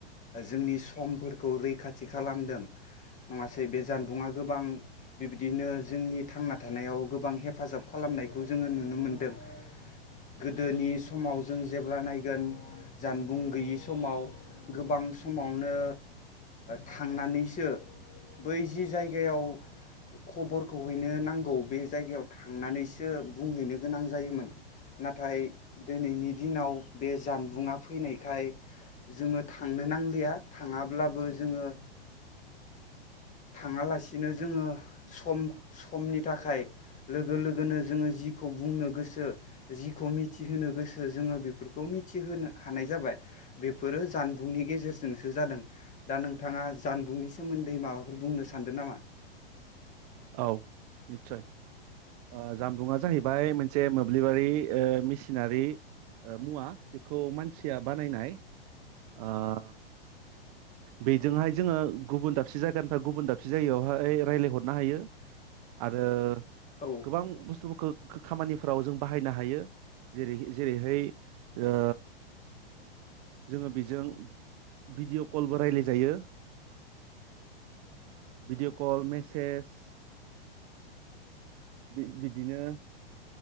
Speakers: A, on the left; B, on the right.
A: जोंनि समफोरखौ रैखाथि खालामदों नङासै बे जानबुङा गोबां बिबदिनो जोंनि थांना थानायाव गोबां हेफाजाब खालामनायखौ जोङो नुनो मोनदों गोदोनि समाव जों जेब्ला नायगोन जानबुं गैयि समाव गोबां समावनो थांनानैसो बै जि जायगायाव खबरखौ हैनो नां औ बे जायगायाव थांनानैसो बुंहैनो गोनां जायोमोन नाथाय दोनैनि दिनाव बे जानबुंआ फैनायखाय जोङो थांनो नांलिया थाङाब्लाबो जोङो थाङालासिनो जोङो सम समनि थाखाय लोगो लोगोनो जोङो जिखौ बुंनो गोसो जिखौ मिथिहोनो गोसो जोङो बेफोरखौ मिथिहो हानाय जाबाय बेफोरो जानबुंनि गेजेरजोंसो जादों दा नोंथाङा जानबुंनि सोमोन्दै माबा फोर बुंनो सानदों नामा
B: औ निस्सय ओ जामबुंआ जाहैबाय मोनसे मोब्लिबारि ओ मेसिनारि मुवा बेखौ मानसिया बानायनाय ओ बेजोंहाय जोङो गुबुन दाबसे जायगानिफ्राय गुबुन दाबसे जायगायावहाय रायज्लायहरनो हायो आरो
A: औ
B: गोबां बुस्थुफोरखौ खामानिफ्राव जों बाहायनो हायो जेरै जेरैहाय ओ जोङो बिजों भिडिअ कलबो रायलाय जायो भिडिअ' कल मेसेज बि बिदिनो